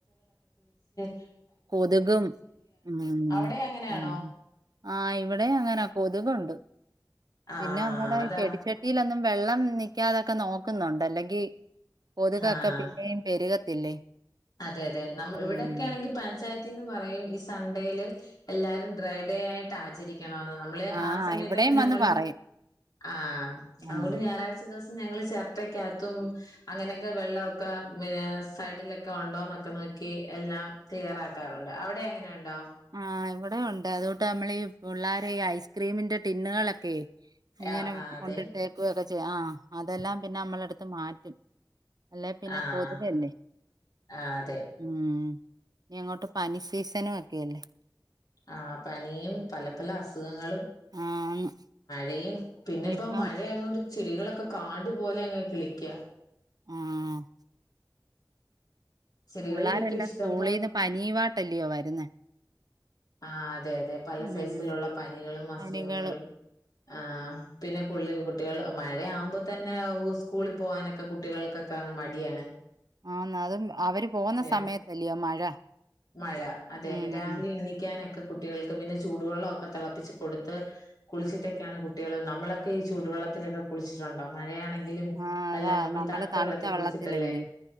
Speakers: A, on the left; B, on the right.
A: <inaudible> <unintelligible> <inaudible>
B: <inaudible>
A: അവിടെ
B: <inaudible>
A: അങ്ങനെയാണോ?
B: <inaudible>
A: ആഹ്
B: <inaudible>
A: അതാ
B: <inaudible> <inaudible>
A: ആഹ് <inaudible>
B: ഉം
A: <inaudible> <unintelligible>
B: ആഹ് ഇവിടെയും വന്ന് പറയും
A: <inaudible>
B: ഉം
A: <inaudible> <inaudible>
B: <inaudible> <inaudible>
A: ആഹ് ആഹ് അതെ
B: <inaudible> <inaudible>
A: ആഹ് ആഹ്
B: <inaudible>
A: അതെ
B: <inaudible>
A: <inaudible>
B: <inaudible>
A: <inaudible> പിന്നെ
B: ഇനിയിപ്പം
A: ഇപ്പം മഴ ആയത് കൊണ്ട് ചെടികളൊക്ക കാട് പോലെ അങ്ങ് കിളിക്ക്യാ
B: അഹ്
A: ചെടികളിലൊക്കെ
B: പുള്ളാരെല്ലാം
A: ഇഷ്ടം
B: സ്കൂളിന്ന് പനിയും ആട്ട് അല്ലെയോ വരുന്നേ
A: ആഹ് അതെ അതെ പല
B: ഉം
A: സൈസിൽ ഉള്ള പനികളും അസുഖങ്ങളും
B: പനികള്
A: ആഹ് പിന്നെ <unintelligible> കുട്ടികള് മഴ ആവുമ്പോ തന്നെ സ്കൂളിൽ പോവാനൊക്ക കുട്ടികൾക്കക്ക അങ്ങ് മടിയാണ്
B: ആന്ന് അതും അവര് പോവുന്ന
A: ഏ
B: സമയത്ത് അല്ലെയോ മഴ
A: മഴ അതെ
B: ഉം
A: രാവിലെ എണിക്കാനൊ ക്കെ കുട്ടികൾക്ക് പിന്നെ ചൂട് വെള്ളം ഒക്ക തെളപ്പിച്ച് കൊടുത്ത് കുളിച്ചിട്ടൊക്കെ ആണ് കുട്ടികള് നമ്മളൊക്കെ ഈ ചൂടുവെള്ളത്തിലൊക്ക കുളിച്ചിട്ട് ഒണ്ടോ മഴ ആണെ ങ്കിലും
B: ആ അതാ
A: അല്ല നമ്മള് തണുത്ത വെള്ളത്തി കുളിച്ചിട്ട്
B: വെള്ളത്തിലല്ലയോ
A: അല്ലേ